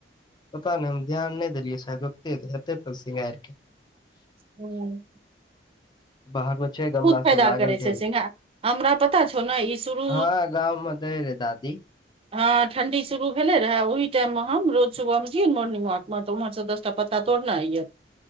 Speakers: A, on the left (about 25°); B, on the right (about 30°).
A: पता नहि हम ध्यान नहि देलियै शायद ओते ऐतै तब शृंगार के
B: हुँ
A: बाहर मे छै गमला
B: फायदा
A: सब लागल
B: करै
A: ढेरी
B: छै सिंघार हमरा पता छौ ने ई शुरू
A: हँ गाममे तै रह दादी
B: हँ ठंडी शुरू भेले रहे ओहि टाइम मे हम रोज सुबह मे जियै मोर्निंग वॉक म उम्हर सब दस टा पता तोड़ना अये